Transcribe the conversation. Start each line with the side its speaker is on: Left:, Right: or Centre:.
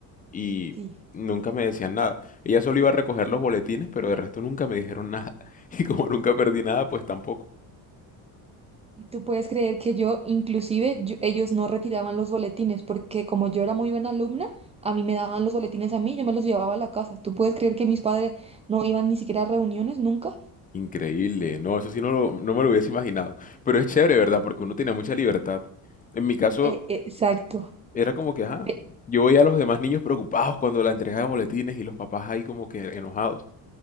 Left: y
Right: Sí.
Left: nunca me decían nada. Ella solo iba a recoger los boletines, pero de resto nunca me dijeron nada. <laughs> Y como nunca perdí nada, pues tampoco.
Right: Y tú puedes creer que yo, inclusive, yo- ellos no retiraban los boletines porque como yo era muy buena alumna, a mí me daban los boletines a mí, yo me los llevaba a la casa. ¿Tú puedes creer que mis padres no iban ni siquiera a reuniones nunca?
Left: Increíble, no, eso sí no, lo- no me lo hubiese imaginado. Pero es chévere, ¿verdad? Porque uno tenía mucha libertad. En mi caso,
Right: Eh, eh, exacto.
Left: Era como que, ajá,
Right: e-
Left: yo veía a los demás niños preocupados cuando la entrega de boletines y los papás ahí como que enojados.